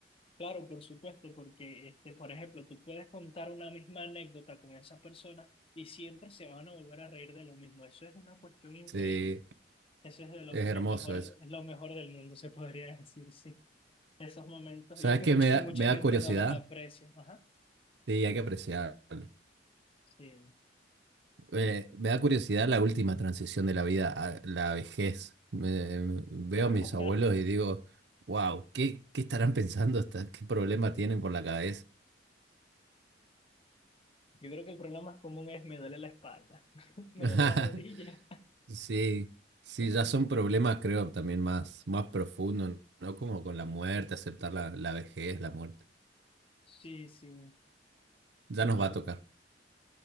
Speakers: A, on the left; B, on the right.
A: claro, por supuesto, porque, este, por ejemplo, tú puedes contar una misma anécdota con esa persona y siempre se van a volver a reír de lo mismo. Eso es una cuestión increíble.
B: Sí,
A: Eso es de lo,
B: es
A: lo
B: hermoso
A: mejor,
B: eso.
A: es lo mejor del mundo, se podría <laughs> decir, sí. Esos momentos.
B: ¿Sabes
A: Y, y,
B: qué
A: mucha,
B: me da,
A: y mucha
B: me da
A: gente
B: curiosidad?
A: no los aprecia. Ajá.
B: Sí, hay que apreciarlo.
A: Sí.
B: Eh, me da curiosidad la última transición de la vida a la vejez. Me- veo
A: <laughs>
B: a mis abuelos y digo, wow, ¿qué, qué estarán pensando? esta- ¿Qué problema tienen por la cabeza?
A: Yo creo que el problema más común es me duele la espalda, <laughs> me
B: <laughs>
A: duele la rodilla.
B: Sí, sí,
A: <laughs>
B: ya son problemas, creo, también más, más profundos, ¿no? Como con la muerte, aceptar la, la vejez, la muerte.
A: Sí, sí.
B: Ya nos
A: Yo-
B: va a tocar.